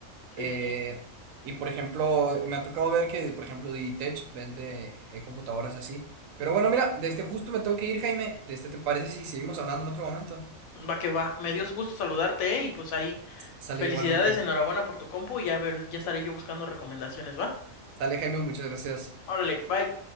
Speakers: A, on the left; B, on the right.
A: Sí,
B: Eh,
A: sí.
B: y por ejemplo, me ha tocado ver que, por ejemplo, Digitech vende eh, computadoras así. Pero bueno, mira, de este justo me tengo que ir, Jaime. De este, ¿te parece si seguimos hablando en otro momento?
A: Va que va. Me dio gusto saludarte, ¿eh? Y pues ahí,
B: Sale
A: felicidades,
B: igualmente.
A: enhorabuena por tu compu y ya ver, ya estaré yo buscando recomendaciones, ¿va?
B: Sale, Jaime, muchas gracias.
A: Órale, bye.